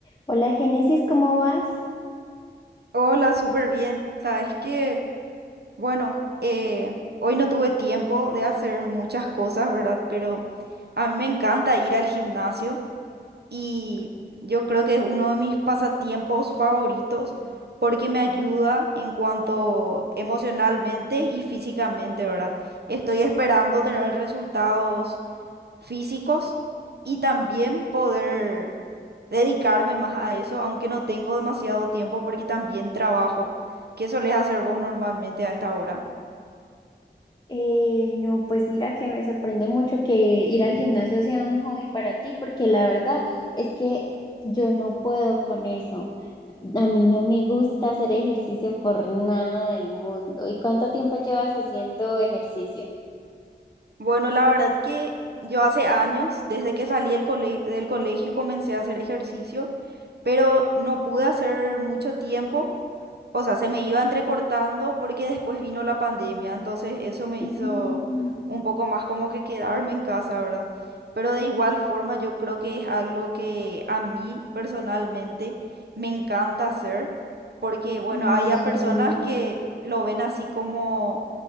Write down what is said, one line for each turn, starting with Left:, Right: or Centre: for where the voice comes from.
Left: Hola Génesis, ¿cómo vas?
Right: Hola, súper bien. Sabes que, bueno, eh, hoy no tuve tiempo de hacer muchas cosas, ¿verdad? Pero a mí me encanta ir al gimnasio y yo creo que es uno de mis pasatiempos favoritos porque me ayuda en cuanto emocionalmente y físicamente, ¿verdad? Estoy esperando tener resultados físicos y también poder dedicarme más a eso, aunque no tengo demasiado tiempo porque también trabajo. ¿Qué solés hacer vos normalmente a esta hora?
Left: Eh, no, pues mira que me sorprende mucho que ir al gimnasio sea un hobby para ti, porque la verdad es que yo no puedo con eso. A mí no me gusta hacer ejercicio por nada del mundo. ¿Y cuánto tiempo llevas haciendo ejercicio?
Right: Bueno, la verdad que yo hace años, desde que salí del cole- del colegio, comencé a hacer ejercicio, pero no pude hacer mucho tiempo o sea, se me iban recortando porque después vino la pandemia, entonces eso me
Left: Mm,
Right: hizo un poco más como que quedarme en casa, ¿verdad? Pero de igual forma yo creo que es algo que a mí personalmente me encanta hacer, porque bueno,
Left: mm,
Right: hay a personas que lo ven así como,